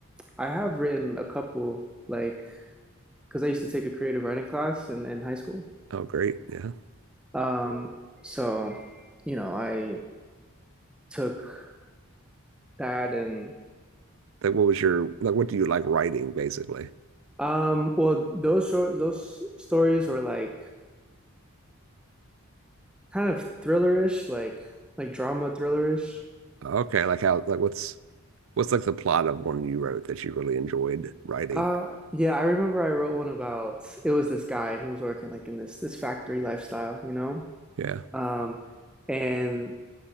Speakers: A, in the centre; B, on the right (about 65°).
A: I have written a couple, like, because I used to take a creative writing class in, in high school.
B: Oh, great. Yeah.
A: Um, so, you know, I took that and
B: Like what was your like what do you like writing basically?
A: um, well, those short those stories were like kind of thrillerish, like like drama thrillerish.
B: Okay, like how like what's what's like the plot of one you wrote that you really enjoyed writing?
A: Uh, yeah, I remember I wrote one about it was this guy and he was working like in this this factory lifestyle, you know,
B: Yeah.
A: um, and